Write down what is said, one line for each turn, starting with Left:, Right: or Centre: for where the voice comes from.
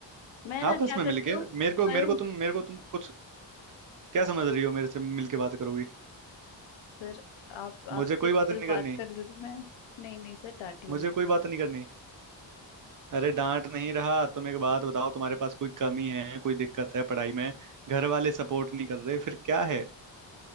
Left: मैं ना
Right: आपस
Left: क्या
Right: में
Left: करती
Right: मिलके
Left: हूँ
Right: मेरे को
Left: कल
Right: मेरे को तुम मेरे को तुम कुछ क्या समझ रही हो मेरे से मिलके बात करोगी
Left: सर आप आपसे
Right: मुझे कोई बात
Left: कल
Right: नहीं करनी
Left: बात कर लूँ मैं नहीं नहीं सर डांटिए
Right: मुझे
Left: मत
Right: कोई बात नहीं करनी अरे डांट नहीं रहा तुम एक बात बताओ तुम्हारे पास कोई कमी है कोई दिक्कत है पढ़ाई में घर वाले सपोर्ट नहीं कर रहे फिर क्या है